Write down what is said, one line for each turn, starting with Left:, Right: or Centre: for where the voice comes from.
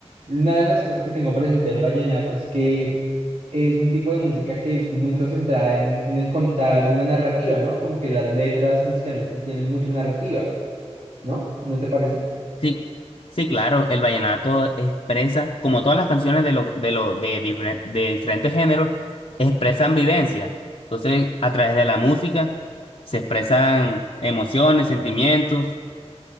Right: Una de las cosas que tengo presente del vallenato es que es un tipo de música que es muy concentrada en, en el contar una narrativa, ¿no? Como que las letras musicalmente sí tienen mucha narrativa, ¿no? ¿No te parece?
Left: Sí, sí, claro, el vallenato expresa, como todas las canciones de, lo, de, lo, de, diferen- de diferentes géneros, expresan vivencia. Entonces, a través de la música se expresan emociones, sentimientos.